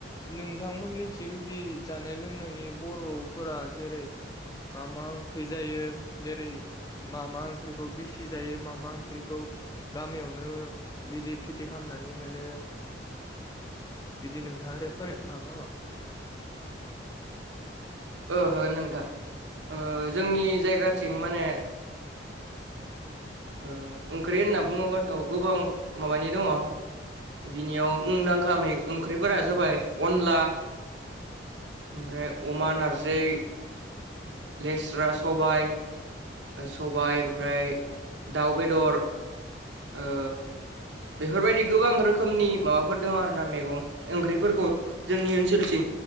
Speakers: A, on the left; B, on the right.
A: नोंथांमोननिथिं बिदि जानाय लोंनायनि बर'फोरा जेरै। मा मा ओंख्रि जायो जेरै मा मा ओंख्रिखौ बेसि बिदि जायो मा मा ओंख्रिखौ गामियावनो बिदि खेथि खामनानै मोनो। बिदि नोंथाङा <unintelligible> हागोन नामा।
B: ओ हागोन नोंथां ओ जोंनि जायगाथिं माने। ओ ओंख्रि होनना बुङोबाथ' गोबां माबानि दङ'। बिनियाव मुंदांखा मै ओंख्रिफोरा जाबाय अनला। ओमफ्राय अमा नारजि लेस्रा सबाय। सबाय ओमफ्राय दाउ बेदर ओ।
A: <inaudible>
B: बेफोरबायदि गोबां रोखोमनि माबाफोर दं आर ना मैगं ओंख्रिफोरखौ जोंनि ओनसोलथिं।